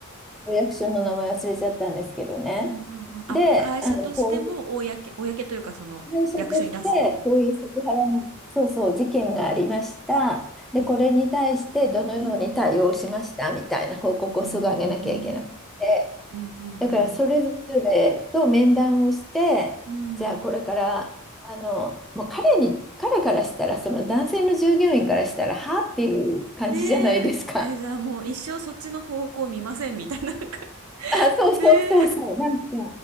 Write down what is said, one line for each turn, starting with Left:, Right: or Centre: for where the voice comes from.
Centre: お役所の名前忘れちゃったんですけどね。
Right: うんうんうん。あ、
Centre: で、
Right: 会社としても公、
Centre: あの、こ
Right: 公というか、その役所に出すと。
Centre: 会社として、こういうセクハラの、そうそう、事件がありました。で、
Right: へえ。
Centre: これに対してどのように対応しましたみたいな報告をすぐ上げなきゃいけなくて、
Right: うん。うーん。うんうん
Centre: だからそれぞれと面談をして、
Right: うん。うん。
Centre: じゃあこれから、あの、もう彼に、彼からしたら、その男性の従業員からしたら、はっていう感じじゃないですか。
Right: ねえ、え、じゃあもう一生そっちの方向見ませんみたいな、なんか
Centre: <laughs> あ、そうそうそうそう、
Right: もうねえ。
Centre: なんか、